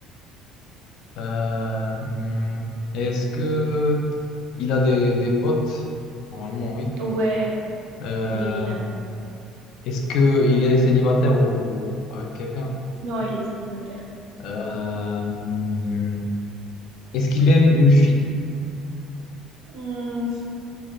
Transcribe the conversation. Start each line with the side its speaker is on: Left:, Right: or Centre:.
Left: Euh, hmm, est-ce que il a des, des potes? Normalement, oui.
Right: Ouais,
Left: Euh,
Right: oui, oui, Lana.
Left: est-ce que il est célibataire ou avec quelqu'un?
Right: Non, il est célibataire.
Left: Euh, hmm, est-ce qu'il aime une fille?
Right: Hum,